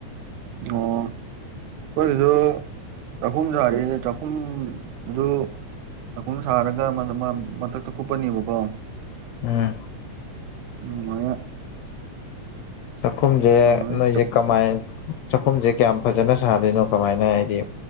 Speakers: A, on the right (about 80°); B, on the left (about 80°).
A: ꯑꯣ ꯈꯣꯏꯁꯤꯁꯨ ꯆꯥꯛꯈꯨꯝ ꯁꯥꯔꯤ ꯆꯥꯛꯈꯨꯝꯗꯨ ꯆꯥꯛꯈꯨꯝ ꯁꯥꯔꯒ ꯃ ꯃꯊꯛꯇ ꯀꯨꯞꯄꯅꯦꯕꯀꯣ
B: ꯎꯝ
A: ꯑꯗꯨ ꯃꯥꯏꯅ
B: ꯆꯥꯛꯈꯨꯝꯖꯦ
A: ꯑꯗꯨꯃꯥꯏꯅ
B: ꯅꯣꯏꯖꯦ ꯀꯃꯥꯏ ꯆꯥꯛꯈꯨꯝꯁꯦ ꯀꯌꯥꯝ ꯐꯖꯅ ꯁꯥꯗꯣꯏꯅꯣ ꯀꯃꯥꯏꯅ ꯍꯥꯏꯗꯤ